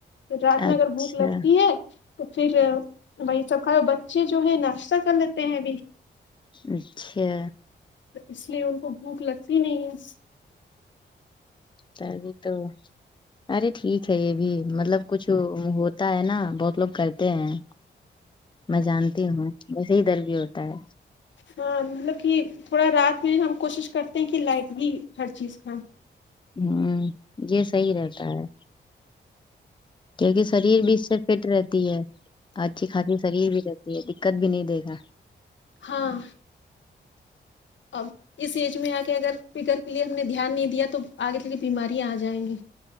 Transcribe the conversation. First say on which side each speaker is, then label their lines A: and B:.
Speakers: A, on the left; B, on the left.
A: تو رات میں
B: اچھا
A: اگر بھوک لگتی ہے تو پھر وہی سب کھا بچے جو ہے ناشتہ کر لیتے ہیں ابھی
B: اچھا
A: تو اس لیے ان کو بھوک لگتی نہیں ہے
B: تا ابھی تو ارے ٹھیک ہے یہ بھی مطلب کچھ ہوتا ہے نا بہت لوگ کرتے ہیں میں جانتی ہوں ویسے ادھر بھی ہوتا ہے
A: ہاں مطلب کہ تھوڑا رات میں ہم کوشش کرتے ہیں کہ لائک بھی ہر چیز کھائیں
B: ہم یہ صحیح رہتا ہے کیونکہ شریر بھی اس سے فٹ رہتی ہے اچھی خاصی شریر بھی رہتی ہے دکات بھی نہیں دیگا
A: ہاں اب اس ایج میں آ کے اگر فگر کے لیے ہم نے دھیان نہیں دیا تو آگے چل کے بیماریاں آ جائیں گی